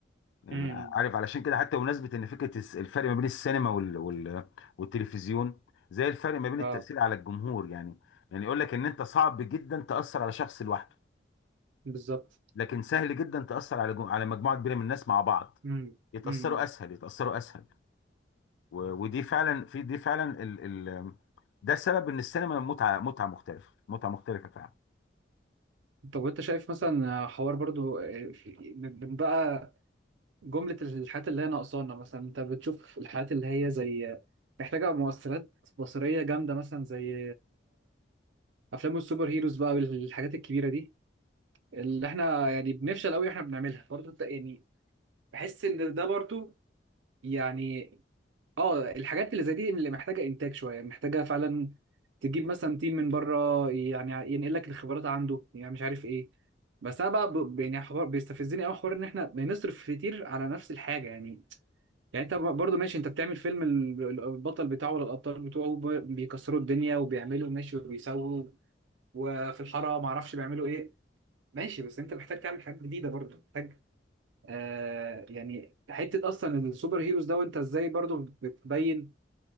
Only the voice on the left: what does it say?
يعني
عارف علشان كده حتى بمناسبة إن فكرة الس- الفرق ما بين السينما وال... وال... والتلفزيون زي الفرق ما بين التأثير
على الجمهور يعني يعني يقول لك إن أنت صعب جدا تأثر على شخص لوحده
لكن سهل جدا تأثر على جم... على مجموعة كبيرة من الناس مع بعض
يتأثروا
أسهل يتأثروا أسهل و... ودي فعلا في دي فعلا ال... ال... ده سبب إن السينما متعة متعة مختلفة متعة مختلفة فعلا